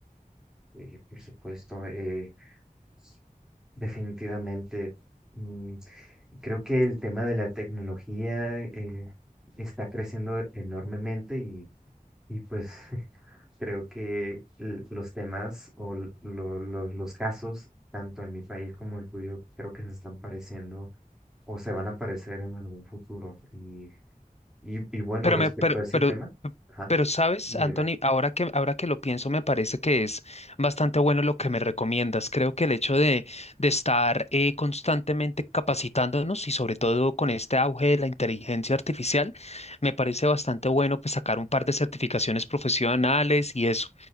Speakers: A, in the centre; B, on the left.
A: eh, por supuesto, eh, pues, definitivamente. mm, creo que el tema de la tecnología eh, está creciendo enormemente y Y pues <laughs> creo que l- los temas o l- lo- lo- los casos, tanto en mi país como el tuyo, creo que se están pareciendo o se van a parecer en algún futuro. Y, y, y bueno,
B: Pero
A: respecto
B: me, pero,
A: a ese
B: pero,
A: tema, ajá,
B: pero sabes,
A: dime.
B: Anthony, ahora que, ahora que lo pienso, me parece que es bastante bueno lo que me recomiendas. Creo que el hecho de, de estar eh, constantemente capacitándonos y sobre todo con este auge de la inteligencia artificial, me parece bastante bueno pues sacar un par de certificaciones profesionales y eso.